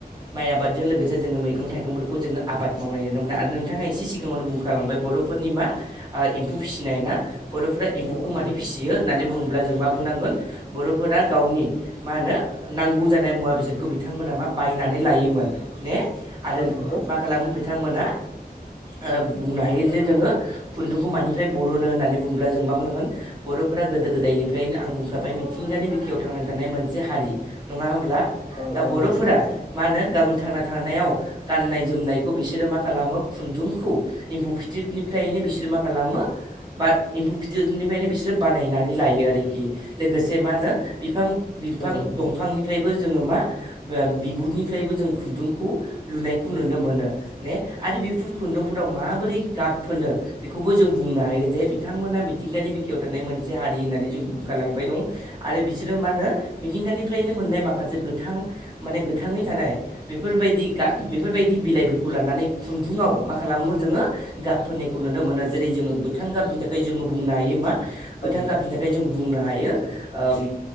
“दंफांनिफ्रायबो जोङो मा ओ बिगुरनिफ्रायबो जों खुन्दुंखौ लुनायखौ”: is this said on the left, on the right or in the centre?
Right